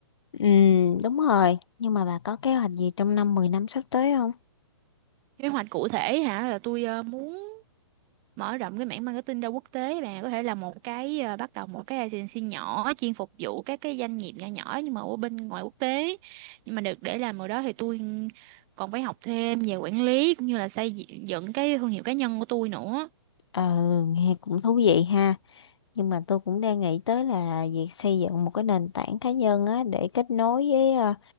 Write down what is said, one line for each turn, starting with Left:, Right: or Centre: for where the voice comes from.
Left: Ừ, đúng rồi. Nhưng mà bà có kế hoạch gì trong năm 10 năm sắp tới không?
Right: kế hoạch cụ thể hả là tôi ờ, muốn mở rộng cái mảng marketing ra quốc tế bà có thể là một cái ờ, bắt đầu một cái agency nhỏ chuyên phục vụ các cái doanh nghiệp nhỏ nhỏ nhưng mà ở bên ngoài quốc tế nhưng mà được để làm ở đó thì tôi còn phải học thêm về quản lý cũng như là xây dựng cái thương hiệu cá nhân của tôi nữa
Left: Ờ, nghe cũng thú vị ha. Nhưng mà tôi cũng đang nghĩ tới là việc xây dựng một cái nền tảng cá nhân á để kết nối với ờ,